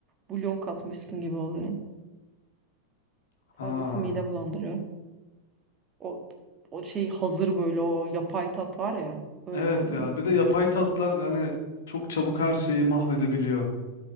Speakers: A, on the right (about 25°); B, on the left (about 55°).
A: bulyon katmışsın gibi oluyor. Fazlası
B: Ha.
A: mide bulandırıyor. O o şey hazır böyle o yapay tat var ya öyle
B: Evet
A: oluyor.
B: ya. Bir de yapay tatlar hani çok çabuk her şeyi mahvedebiliyor.